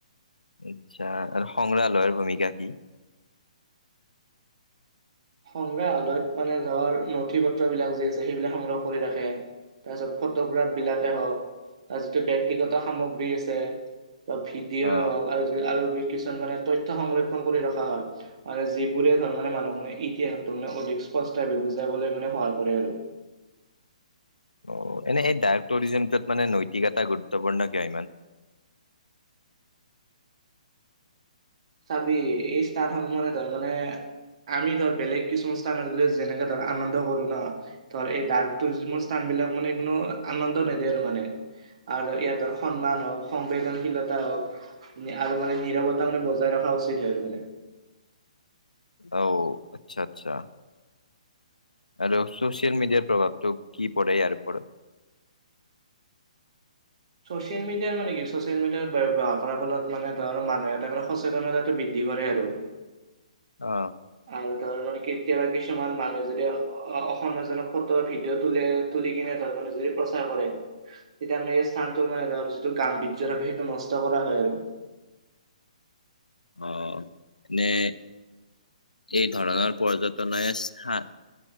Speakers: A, on the left; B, on the right.
A: আচ্ছা আৰু সংগ্ৰালয়ৰ ভূমিকা কি
B: সংগ্ৰাহালয়ত মানে ধৰ নথি পত্ৰবিলাক যি আছে সেইবিলাক সংগ্ৰহ কৰি ৰাখে তাৰপিছত ফটোগ্ৰাফ বিলাকেই হওক বা যিটো ব্ক্তিগত সামগ্ৰী আছে বা ফিডিয়ে হওক
A: অ
B: আৰু আৰু কিছুমান মানে তথ্য় সংৰক্ষণ কৰি ৰখা হয় মানে যিবোৰে ধৰ মানে মানুহখে ইতিহাসটো মানে অধিক স্পষ্টভাৱে বুজাবলৈ মানে সহায় কৰে আৰু
A: অ এনে এই ডাৰ্ক টুৰিজিমটোত মানে নৈতিক এটা গুৰুত্বপূৰ্ণ কিয় ইমান
B: চাবি এই ষ্টান সমানে তাৰ মানে আমি ধৰ বেলেগ কিছুমান স্থানত গলে যেনেকে ধৰ আনন্দ কৰো ন ধৰ এই ডাৰ্ক টুৰিজৰ স্থান বিলাক মানে একোনো আনন্দ নিদিয়ে আৰু মানে আৰু ইয়াত সন্মান হওক সংবেদনশীলতা হওক আৰু মানে নিৰৱতা মানে খা উচিত আৰু মানে
A: অ আচ্ছা আচ্ছা আৰু চোচিয়েল মিডিয়াৰ প্ৰভাৱটোো কি পৰে ইাৰপৰত
B: চচিয়েল মিডিয়াৰ মানে কি ছচিয়েল মিডিয়াৰ ব্যয়ৱাৰ ফলত মানে ধৰ মানুহ এটা মানেচেতনতাটো বৃদ্ধি কৰে আৰু
A: অ
B: আৰু ধৰ মানে কেতিয়াবা কিছুমান মানুহে যদি অ অসমীয়াাজক ফটো ভিডিঅ' ত তুলি কিনে ধৰ নিজুৰি প্ৰচাৰ কৰে তেতিয়া মানে এই স্থানটোৰ মানে ধ যিটো গাম বজ্ থাকে সেইটো নষ্ট কৰা হয় আৰু
A: অ নে এই ধৰণৰ পৰ্যটনে স